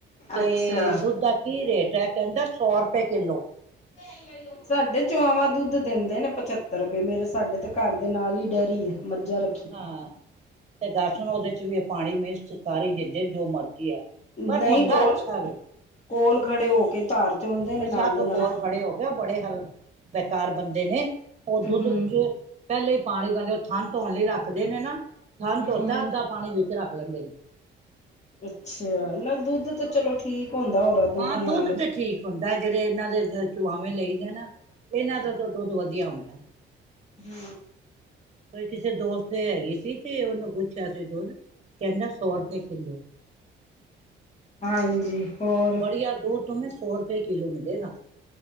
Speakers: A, on the right; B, on the left.
A: ਤੇ
B: ਅੱਛਾ
A: ਦੁੱਧ ਦਾ ਕੀ ਰੇਟ ਹੈ, ਕਹਿੰਦਾ। ਸੌ ਰੁਪਏ ਕਿੱਲੋ
B: ਮ ਸਾਡੇ ਚੁਆਵਾਂ ਦੁੱਧ ਦਿੰਦੇ ਨੇ ਪਚੱਤਰ ਰੁਪਏ, ਮੇਰੇ ਸਾਡੇ ਤੇ ਘਰ ਦੇ ਨਾਲ ਹੀ ਡੈਅਰੀ ਏ, ਮੱਝਾਂ ਰ
A: ਹਾਂ, ਤੇ ਦਸ ਹੁਣ, ਉਹਦੇ ਵਿਚ ਵੀ ਪਾਣੀ ਮਿਕਸ ਕਰ ਦਿੰਦੇ। ਜੋ ਮਰਜ਼ੀ ਐ, ਪਰ
B: ਨਹੀਂ
A: ਹੁੰਦਾ
B: ਕੋਲ
A: ਅੱਛਾ ਵੇ।
B: ਕੋਲ ਖੜੇ ਹੋਕੇ ਧਾਰ ਚੋਂਦੇ ਨੇ
A: ਬਸ਼ਾੱਕ
B: ਨਾਲ ਦੇ ਨਾਲ
A: ਕੋਲ ਖੜੇ ਹੋਕੇ ਬੜੇ ਹ--ਬੇਕਾਰ ਬੰਦੇ ਨੇ, ਉਹ ਦੁੱਧ
B: ਹਮ
A: ਵਿੱਚ ਪਹਿਲੇ ਈ ਪਾਣੀ ਪਾੰਦੇ, ਉਹ ਥਣ ਧੋਣ ਲਈ ਰੱਖਦੇ ਨੇ ਨਾ, ਥਣ
B: ਹਮ
A: ਧੋਤਾ ਅੱਧਾ ਪਾਣੀ ਵਿੱਚ ਰੱਖ ਲੈਂਦੇ ਨੇ।
B: ਅੱਛਾ। ਨਾ ਦੁੱਧ ਤਾ
A: ਹਾਂ
B: ਚਲੋ ਠੀਕ ਹੁੰਦਾ, ਹੋਰਾ ਦੋਧੀਆਂ
A: ਹਾਂ ਦੁੱਧ
B: ਨਾਲੋਂ
A: ਤੇ ਠੀਕ ਹੁੰਦਾ, ਜਿਹੜੇ ਇਹਨਾਂ ਦੇ ਚੁਆਵੇ ਲਈਦੇ ਨਾ, ਇਹਨਾਂ ਦਾ ਦੁੱਧ ਵਧੀਆ ਹੁੰਦਾ ਹੈ।
B: ਹੂੰ
A: ਕਿਸੇ ਦੋਸਤ ਦੇ ਹੈਗੀ ਸੀ, ਤੇ ਉਹਨੂੰ ਪੁੱਛਿਆ ਸੀ ਦੁੱਧ ਕਹਿੰਦਾ ਸੌ ਰੁਪਏ ਕਿੱਲੋ।
B: ਹਾਂਜੀ। ਹੋਰ
A: ਬੜੀਆ ਦੂਧ ਤੁੁਮੇ ਸੌ ਰੁਪਏ ਕਿਲੋ ਮਿਲੇਗਾ।